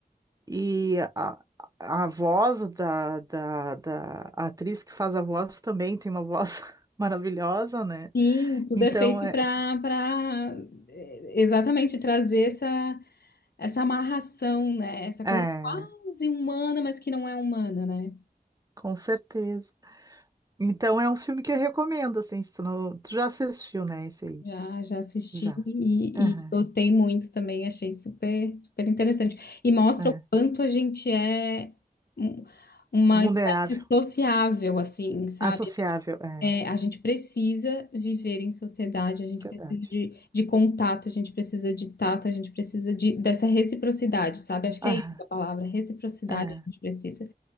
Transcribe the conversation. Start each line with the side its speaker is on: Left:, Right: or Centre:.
Right: E a, a voz da, da, da atriz que faz a voz também tem uma voz <laughs> maravilhosa, né?
Left: Sim, tudo
Right: Então,
Left: é feito
Right: é,
Left: para para exatamente trazer essa, essa amarração, né? Essa
Right: é,
Left: coisa quase humana, mas que não é humana, né?
Right: com certeza. Então, é um filme que eu recomendo, assim, se tu não... Tu já assistiu, né, esse aí?
Left: Já, já assisti
Right: Já.
Left: e,
Right: Aham,
Left: e gostei muito também, achei super, super interessante. E mostra
Right: é.
Left: o quanto a gente é um- uma
Right: Vulnerável,
Left: espécie sociável, assim, sabe?
Right: associável, é.
Left: É, a gente precisa viver em sociedade, a gente
Right: Ansiedade.
Left: precisa de, de contato, a gente precisa de tato, a gente precisa de, dessa reciprocidade, sabe? Acho que
Right: Aham,
Left: é isso a palavra, reciprocidade
Right: é,
Left: a gente precisa.